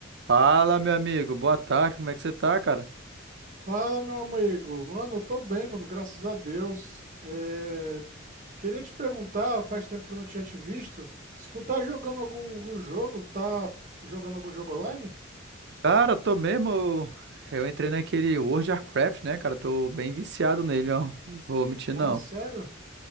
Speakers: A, on the right; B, on the right.
A: Fala, meu amigo. Boa tarde. Como é que você tá, cara?
B: Fala, meu amigo. Mano, eu tô bem, mano, graças a Deus. É, Queria te perguntar, faz tempo que eu não tinha te visto, se tu tá jogando algum, algum jogo, tá jogando algum jogo online?
A: Cara, tô mesmo. Eu entrei naquele World of Warcraft, né, cara? Tô bem viciado nele, ó. Não Vou mentir, não.
B: Ah, sério?